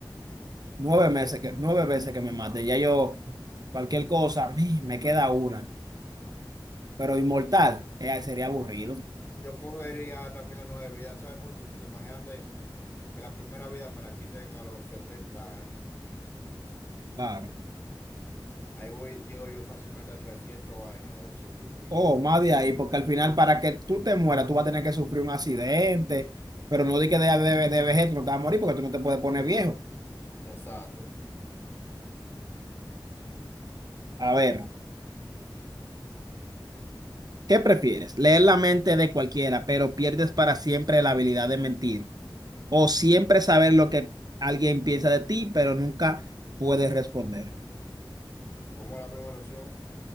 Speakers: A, on the right (about 50°); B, on the left (about 30°).
A: Nueve meses que, nueve veces que me mate. Ya yo, cualquier cosa, me me queda una. Pero inmortal,
B: Claro,
A: eh, sería aburrido.
B: Yo cogería también las nueve vidas, ¿sabes por qué? Porque imagínate que la primera vida me la quiten a los 70 años.
A: Claro.
B: Ahí voy, llego yo fácilmente a 300 años, 200 y pico.
A: O más de ahí, porque al final, para que tú te mueras, tú vas a tener que sufrir un accidente. Pero no di que de, de, de vejez tú no te vas a morir porque tú no te puedes poner viejo.
B: Exacto.
A: A ver, ¿qué prefieres? Leer la mente de cualquiera, pero pierdes para siempre la habilidad de mentir. O siempre saber lo que alguien piensa de ti, pero nunca puedes responder.
B: Como la primera opción,